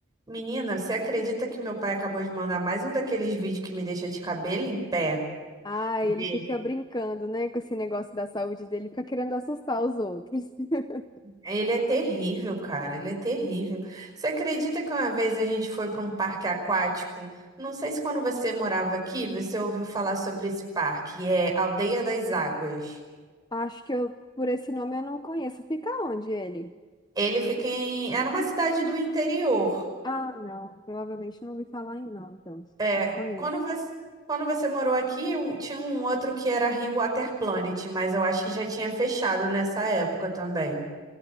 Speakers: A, on the right (about 20°); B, on the left (about 20°).
A: Menina, você acredita que o meu pai acabou de mandar mais um daqueles vídeos que me deixa de cabelo em pé?
B: Ah,
A: De-
B: ele fica brincando, né, com esse negócio da saúde dele, fica querendo assustar os outros. <laughs>
A: Ele é terrível, cara, ele é terrível. Você acredita que uma vez a gente foi para um parque aquático? Não sei se quando você morava aqui, você ouviu falar sobre esse parque, é Aldeia das Águas.
B: Acho que eu, por esse nome eu não conheço. Fica onde ele?
A: Ele fica em... Era uma cidade do interior.
B: Ah, não, provavelmente não ouvi falar em não, então,
A: É,
B: não conheço.
A: quando você, quando você morou aqui, um- tinha um outro que era Rio Water Planet, mas eu acho que já tinha fechado nessa época também.